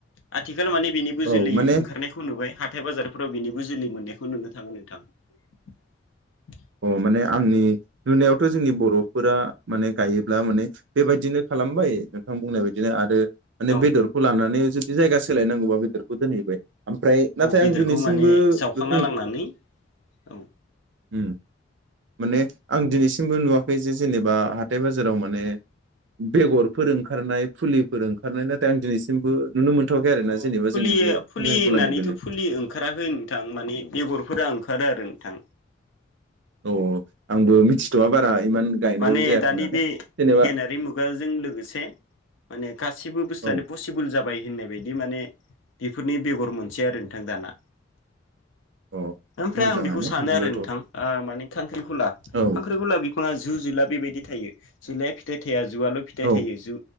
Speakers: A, on the left (about 75°); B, on the right (about 65°).
A: आथिखाल माने बेनिबो ।
B: औ
A: ए
B: माने
A: ओंखारनायखौ नुबाय हाथाय बाजार । फ्राव बिनिबो जोलै मोननायखौ नुनो थाङो नोंथां ।
B: अ माने आंनि नुनायावथ जोंनि बरफोरा माने गायोब्ला माने बेबायदिनो खालामबाय नोंथां बुंनाय बदिनो आरो । माने
A: औ
B: बेदरखौ लानानै। जुदि जायगा सोलायनांगौबा बेदरखौ दोनहैबाय। ओमफ्राय नाथाय
A: औ बेदरखौ
B: आं दिनैसिमबो
A: माने जावखांना
B: बेखौ
A: लांनानै औ ।
B: ओम माने आं दिनैसिमबो नुवाखै जे जेनेबा हाथाय बाजाराव माने बेगरफोर ओंखारनाय फुलिफोर ओंखारनाय नाथाय आं दिनैसिमबो। नुनो मोनथ'वाखै आरोना
A: अ
B: जेनेबा
A: फुलियो
B: जोंनि बे
A: फुलि
B: खांख्रेंखलानि
A: होननानैथ
B: बेलायाव
A: फुलि ओंखाराखै नोंथां माने बेगर। फोरा ओंखारो आरो नोंथां।
B: औ। आंबो मिथिथ'वा
A: औ
B: बारा इमान गायनायबो
A: माने
B: जायाखै
A: दानि
B: नालाय
A: बे
B: जेनेबा
A: बिगियानारि मुगाजों लोगोसे माने गासिबो बुस्थुआनो
B: औ
A: पसिबोल जाबाय होननाय बाय । बिदि माने बेफोरनि बेगर मोनसेै आरो नोंथां दाना।
B: औ
A: ओमफ्राय
B: मोजाङानो
A: आं बेखौ सानो
B: बिदिबाथ'
A: आरो नोंथां आ माने खांख्रिंखला ।
B: औ
A: हांख्रिंखला बि। फाङा जो जोला बेबायदि थायो जोलाया फिथाइ थाया । जुवल फिथाइ
B: औ
A: थायो जु।